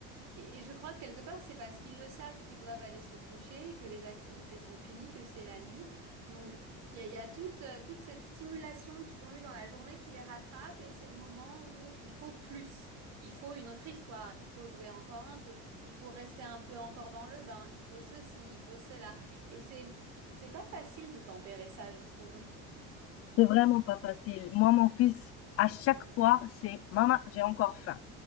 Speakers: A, on the right; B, on the left.
A: et et je crois que quelque part, c'est parce qu'ils le savent qu'ils doivent aller se coucher, que les activités sont finies, que c'est la nuit. Donc, il y a, il y a toute, euh, toute cette stimulation qu'ils ont eue dans la journée qui les rattrape et c'est le moment où il faut plus. Il faut une autre histoire, il faut jouer encore un peu, il faut rester un peu encore dans le bain, il faut ceci, il faut cela. Et c'est, c'est pas facile de tempérer ça, je trouve.
B: C'est vraiment pas facile. Moi, mon fils, à chaque fois, c'est, maman, j'ai encore faim.